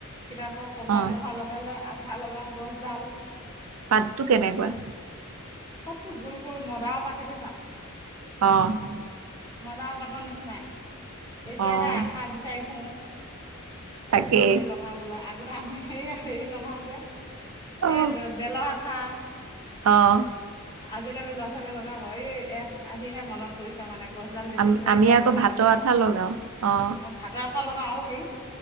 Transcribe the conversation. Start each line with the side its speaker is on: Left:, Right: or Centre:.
Left: কিতাপৰ কভাৰ
Right: অ'
Left: চভাৰ লগ গাই লৈ আঠা লগাওঁ গছডাল।
Right: পাতটো কেনেকুৱা।
Left: পাতটো গোল- গোল, মদাৰৰ পাত দেখিছা।
Right: অ'।
Left: মদাৰৰ পাতৰ নিচিনাই, এতিয়াহে
Right: অ'
Left: আঠা বিচাৰি ফুৰো।
Right: তাকেই
Left: কেনে লগাবলৈ, আগতে আমি সেইয়া হেৰি লগাওঁ যে।
Right: অ'
Left: এই যে বেলৰ আঠা।
Right: অ'।
Left: আজিকালি ল'ৰা ছোৱালী লগাব, এই ইয়াত আহিহে মনত পৰিছে মানে। এই ডাল দেখিবলে
Right: আমি আমি
Left: এতিয়া
Right: আকৌ
Left: এইফালে
Right: ভাতৰ
Left: আহোঁতে,
Right: আঠা লগাও অ'
Left: ভাতৰ আঠা লগাওঁ আও হেৰি।